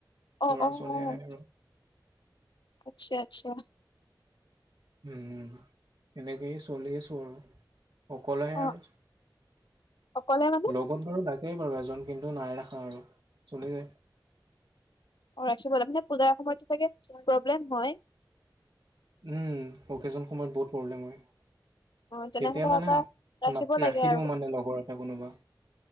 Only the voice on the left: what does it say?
অ',
অ',
অ',
আচ্ছা-আচ্ছা।
অ
অকলে মানে
অ, ৰাখিব লাগে মানে পূজাৰ সময়ত তো চাগে প্ৰব্লেম হয়।
অ তেনেহলে
এটা ৰাখিব
লাগে
আৰু